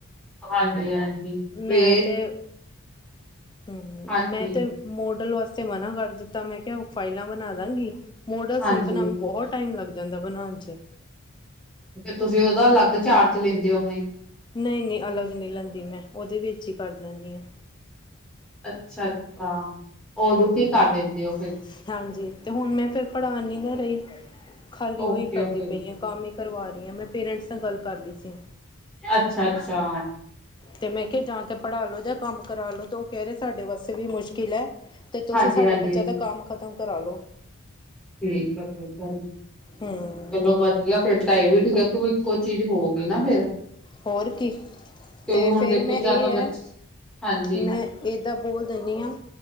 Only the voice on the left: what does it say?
ਮੈਂ ਤੇ, ਹੁੰ
ਮੈਂ ਤੇ। ਮੋਡਲ ਵਾਸਤੇ ਮਨਾ ਕਰ ਦਿੱਤਾ, ਮੈਂ ਕਿਹਾ ਫਾਈਲਾਂ ਬਣਾ ਦਾਂਗੀ ਮੋਡਲਸ
ਨੀ ਬਣਾਵਗੀ ਬਹੁਤ। ਟਾਈਮ ਲੱਗ ਜਾਂਦਾ ਬਣਾਉਣ ਚ।
ਨਈ ਨੀ ਅਲੱਗ ਨੀ ਲੈਂਦੀ ਮੈਂ, ਉਹਦੇ ਵਿੱਚ ਹੀ ਕਰ ਦੇਨੀ ਆ।
ਹਮ
ਹਾਂਜੀ, ਤੇ ਹੁਣ ਮੈਂ ਫੇਰ ਪੜ੍ਹਾ ਨੀ ਨਾ ਰਈ। ਖਾਲੀ
ਅੋਈ ਕਰਦੀ
ਪਈ ਆ ਕੰਮ ਹੀ ਕਰਵਾ ਰਹੀ ਹਾਂ, ਮੈਂ ਪੇਰੈਂਟਸ ਨਾਲ ਗੱਲ ਕਰ ਲਈ ਸੀ।
ਤੇ ਮੈਂ ਕਿਹਾ ਜਾਂ ਤਾਂ ਪੜ੍ਹਾ ਲੋ ਜਾਂ ਕੰਮ ਕਰਾ ਲੋ ਤਾਂ ਉਹ ਕਹਿ ਰਹੇ ਸਾਡੇ ਵਾਸਤੇ ਵੀ ਮੁਸ਼ਕਿਲ ਹੈ। ਤੇ ਤੁਸੀਂ
ਸਾਡੇ
ਬੱਚਿਆਂ ਦਾ ਕੰਮ ਖ਼ਤਮ ਕਰਾਲੋ।
ਹਮ
ਹੋਰ ਕੀ
ਤੇ
ਫੇਰ
ਮੈਂ
ਇਹ
ਹੈ
ਮੈਂ ਏਦਾਂ ਬੋਲ ਦੇੰਣੀ ਆ।